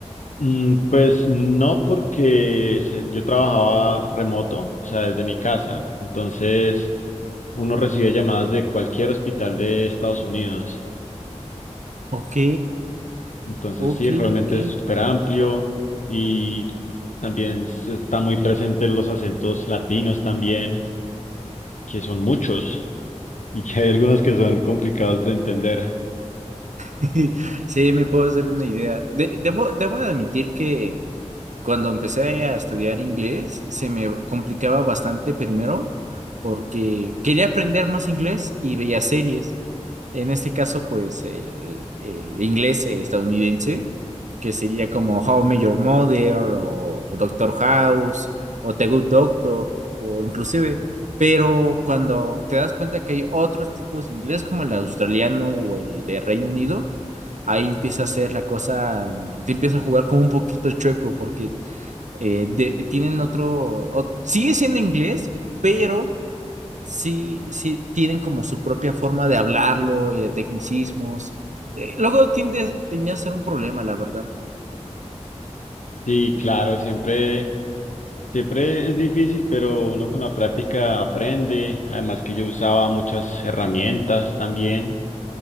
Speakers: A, on the left (about 90°); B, on the right (about 80°).
A: Mm, Pues no, porque se- yo trabajaba remoto, o sea, desde mi casa. Entonces, uno recibe llamadas de cualquier hospital de Estados Unidos.
B: Ok,
A: Entonces,
B: ok,
A: sí, realmente
B: ok.
A: es súper amplio y también se- están muy presentes los acentos latinos también, que son muchos y que hay algunos que son complicados de entender.
B: <laughs> Sí, me puedo hacer una idea. De- debo, debo admitir que Cuando empecé a estudiar inglés, se me complicaba bastante primero porque quería aprender más inglés y veía series. En este caso, pues el, el inglés eh, estadounidense, que sería como How I Met Your Mother o Doctor House o The Good Doctor o inclusive, pero cuando te das cuenta que hay otros tipos de inglés como el australiano o el de Reino Unido, ahí empieza a ser la cosa, te empieza a jugar como un poquito chueco porque eh, de- tienen otro, o- sigue siendo inglés, pero sí, sí tienen como su propia forma de hablarlo y de tecnicismos. Eh, luego tiende, tenía a ser un problema, la verdad.
A: Sí, claro, siempre. Siempre es difícil, pero uno con la práctica aprende. Además que yo usaba muchas herramientas también,